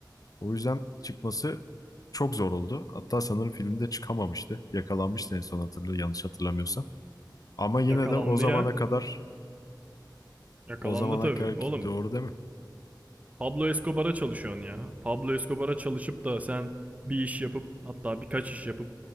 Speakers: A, on the left; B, on the right.
A: O yüzden çıkması çok zor oldu. Hatta sanırım filmde çıkamamıştı. Yakalanmıştı en son hatırlı, yanlış hatırlamıyorsam. Ama yine
B: Yakalandı
A: de o zamana
B: ya.
A: kadar,
B: Yakalandı
A: o zamana
B: tabii.
A: kadar
B: Oğlum
A: ki doğru değil mi?
B: Pablo Escobar'a çalışıyorsun ya. Pablo Escobar'a çalışıp da sen bir iş yapıp hatta birkaç iş yapıp